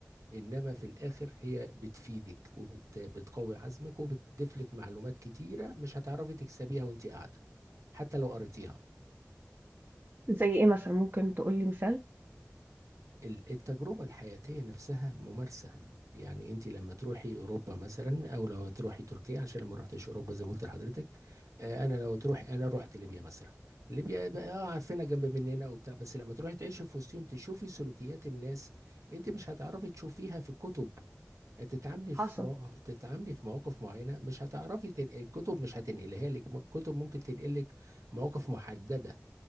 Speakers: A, on the right; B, on the right.
A: انما في الاخر هي بتفيدك وبتقوي عزمك وبتضيف لك معلومات كتيره مش هتعرفي تكسبيها وانت قاعده حتى لو قريتيها
B: زي ايه مثلا ممكن تقولي مثال
A: ال- التجربة الحياتية نفسها ممارسة يعني انت لما تروحي اوروبا مثلا او لما تروحي تركيا عشان ما رحتش اوروبا زي ما قلت لحضرتك آه، انا لو تروحي انا رحت ليبيا مثلا ليبيا بقى اه عارفينها جنب مننا وبتاع بس لما تروحي تعيشي في وسطهم تشوفي سلوكيات الناس انت مش هتعرفي تشوفيها في الكتب هتتعاملي
B: حصل
A: في مو... تتعاملي في مواقف معينة مش هتعرفي تن... الكتب مش هتنقلها لك م- الكتب ممكن تنقلك مواقف محددة